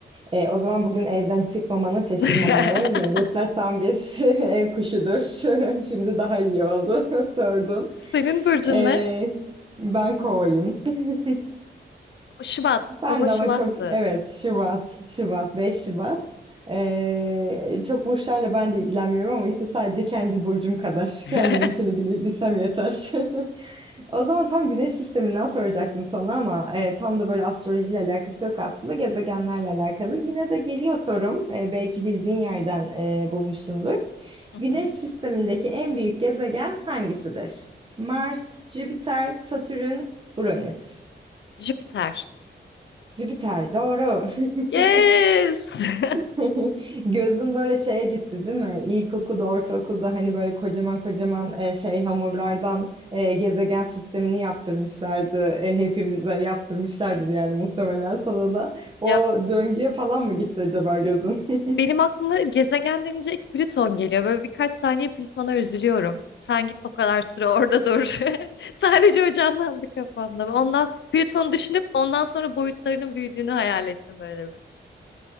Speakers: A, on the right; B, on the left.
A: Ee, o zaman bugün evden çıkmamana şaşırmamalı.
B: <laughs>
A: Yengeçler tam bir <laughs> ev kuşudur. <laughs> Şimdi daha iyi oldu <laughs> sordun.
B: Senin burcun
A: Ee,
B: ne?
A: ben kovayım. <laughs>
B: Şubat.
A: Ben
B: Kova
A: de
B: Şubat'tı.
A: ama çok evet Şubat, Şubat, 5 Şubat. Ee, çok burçlarla ben de ilgilenmiyorum ama işte sadece kendi burcum kadar. <laughs>
B: <laughs>
A: Kendiminkini bil- bilsem yeter. <laughs> O zaman tam güneş sisteminden soracaktım sana ama e, tam da böyle astrolojiyle alakası yok aslında. Gezegenlerle alakalı. Yine de geliyor sorum. E, belki bildiğin yerden e, bulmuşumdur.
B: Hı
A: Güneş
B: hı.
A: sistemindeki en büyük gezegen hangisidir? Mars, Jüpiter, Satürn, Uranüs.
B: Jüpiter.
A: Jüpiter doğru.
B: Yes!
A: <laughs>
B: <laughs>
A: <laughs> Gözün böyle şeye gitti değil mi? İlkokulda, ortaokulda hani böyle kocaman kocaman e, şey hamurlardan e, gezegen sistemini yaptırmışlardı. E, hepimize yaptırmışlardır yani muhtemelen sana da. O
B: Ya
A: döngüye falan mı gitti acaba gözün? <laughs>
B: benim aklıma gezegen denince ilk Plüton geliyor. Böyle birkaç saniye Plüton'a üzülüyorum. Sen git o kadar süre orada dur. <laughs> Sadece o canlandı kafamda. Ondan Plüton'u düşünüp ondan sonra boyutlarının büyüdüğünü hayal ettim böyle